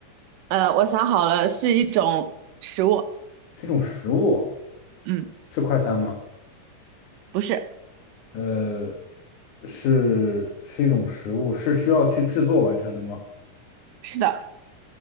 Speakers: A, on the right (about 85°); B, on the left (about 70°).
A: 呃，我想好了，是一种食物，
B: 是一种食物
A: 嗯
B: 是快餐吗？
A: 不是，
B: 呃，是是一种食物，是需要去制作完成的吗？
A: 是的，